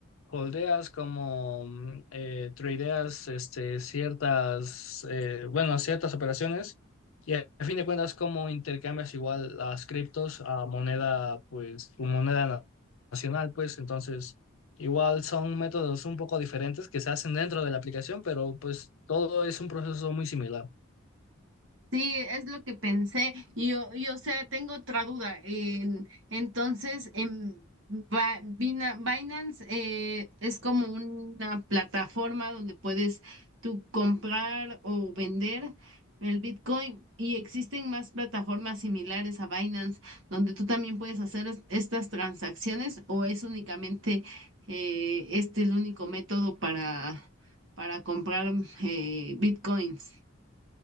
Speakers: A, on the left; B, on the right.
A: holdeas, cómo mm, eh, tradeas este, ciertas, eh, bueno, ciertas operaciones. Y a a fin de cuentas, cómo intercambias igual las criptos a moneda, pues, tu moneda na- nacional, pues, entonces. Igual son métodos un poco diferentes que se hacen dentro de la aplicación, pero pues todo es un proceso muy similar.
B: Sí, es lo que pensé. Y, o- y o sea, tengo otra duda. En- entonces, en Ba- Bina- Binance eh, es como una plataforma donde puedes tú comprar o vender el Bitcoin y existen más plataformas similares a Binance donde tú también puedes hacer es- estas transacciones o es únicamente eh, este el único método para, para comprar eh, Bitcoins.